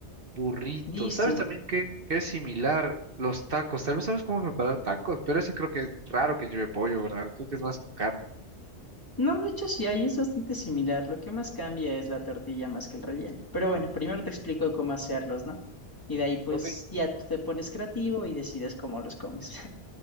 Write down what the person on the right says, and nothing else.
Burritos.
¿Sabes también qué, qué es similar? Los tacos. Tal vez sabes cómo preparar tacos, pero eso creo que es raro que lleve pollo, ¿verdad? Creo que es más carne.
Ok.